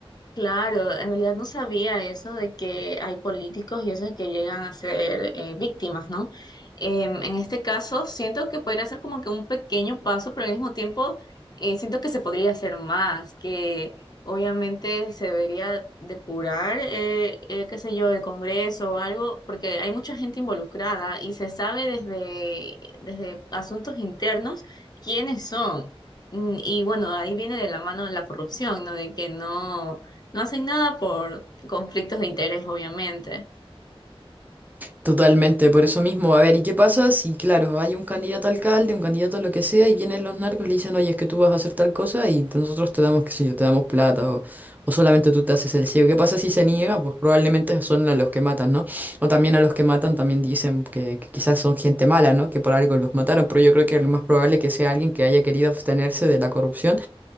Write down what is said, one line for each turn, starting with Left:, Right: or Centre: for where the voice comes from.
Left: Claro, en realidad no sabía eso de que hay políticos y esos que llegan a ser eh, víctimas, ¿no? Em, en este caso, siento que podría ser como que un pequeño paso, pero al mismo tiempo eh, siento que se podría hacer más, que obviamente se debería depurar, eh, eh, qué sé yo, el Congreso o algo, porque hay mucha gente involucrada y se sabe desde, desde asuntos internos quiénes son. Mm, Y bueno, ahí viene de la mano la corrupción, ¿no? De que no no hacen nada por conflictos de interés, obviamente.
Right: Totalmente, por eso mismo. A ver, ¿y qué pasa si, claro, hay un candidato a alcalde, un candidato a lo que sea, y vienen los narcos y le dicen, oye, es que tú vas a hacer tal cosa y te- nosotros te damos, qué sé yo, te damos plata o, o solamente tú te haces el ciego? ¿Qué pasa si se niega? Pues probablemente son a los que matan, ¿no? O también a los que matan también dicen que, que quizás son gente mala, ¿no? Que por algo los mataron, pero yo creo que es más probable que sea alguien que haya querido abstenerse de la corrupción